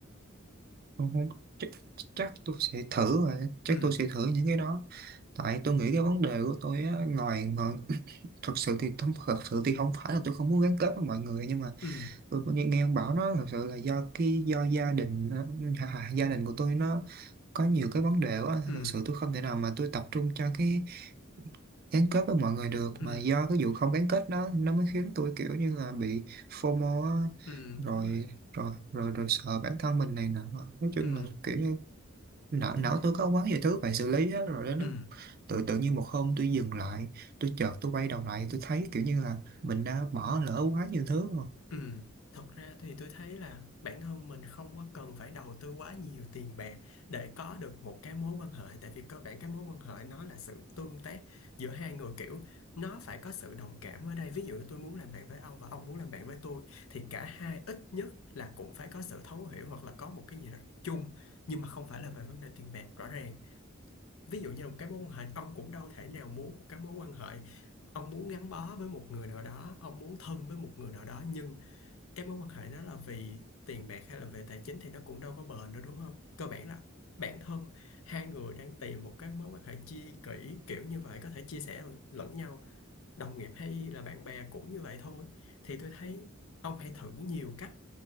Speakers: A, on the right; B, on the left.
A: không, không, chắc, chắc tôi sẽ thử rồi chắc
B: ừ
A: tôi sẽ thử những cái đó tại tôi nghĩ cái vấn đề của tôi á, ngoài ngoài <clears throat> thật sự thì không thật sự thì không phải là tôi không muốn gắn kết với mọi người nhưng mà
B: ừ
A: tôi có nghe, nghe ông bảo nó thật sự là do cái do gia đình ờ, hà- hà- gia đình của tôi nó có nhiều cái vấn đề quá
B: ừ
A: thật sự tôi không thể nào mà tôi tập trung cho cái gắn kết với mọi người được
B: ừ
A: mà do cái vụ không gắn kết đó nó mới khiến tôi kiểu như là bị FOMO á.
B: ừ
A: rồi
B: đúng rồi
A: rồi rồi rồi sợ bản thân mình này nọ nói chung
B: ừ
A: là kiểu như não
B: tôi
A: não tôi có quá nhiều thứ phải xử lý á rồi đến
B: ừ
A: lúc tự tự nhiên một hôm tôi dừng lại tôi chợt tôi quay đầu lại tôi thấy kiểu như là mình đã bỏ lỡ quá nhiều thứ
B: Ừ, thật ra thì tôi thấy là bản thân mình không có cần phải đầu tư quá nhiều tiền bạc để có được một cái mối quan hệ tại vì cơ bản cái mối quan hệ nó là sự tương tác giữa hai người kiểu nó phải có sự đồng cảm ở đây ví dụ như tôi muốn làm bạn với ông và ông muốn làm bạn với tôi thì cả hai ít nhất là cũng phải có sự thấu hiểu hoặc là có một cái gì đó chung nhưng mà không phải là về vấn đề tiền bạc rõ ràng ví dụ như là một cái mối quan hệ ông cũng đâu thể nào muốn một cái mối quan hệ ông muốn gắn bó với một người nào đó ông muốn thân với một người nào đó nhưng cái mối quan hệ nó là vì tiền bạc hay là về tài chính thì nó cũng đâu có bền đâu đúng không? Cơ bản là bản thân hai người đang tìm một cái mối quan hệ chi kỷ kiểu như vậy có thể chia sẻ lẫn nhau, đồng nghiệp hay là bạn bè cũng như vậy thôi. Thì tôi thấy ông hãy thử nhiều cách